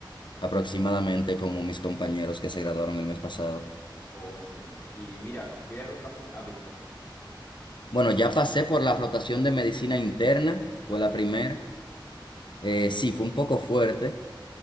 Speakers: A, on the left; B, on the left.
A: aproximadamente como mis compañeros que se graduaron el mes pasado.
B: Oh, entiendo. Y mira, ¿qué rotación has visto?
A: Bueno, ya pasé por la rotación de medicina interna, fue
B: Uy,
A: la primera. Eh, sí, fue un poco fuerte.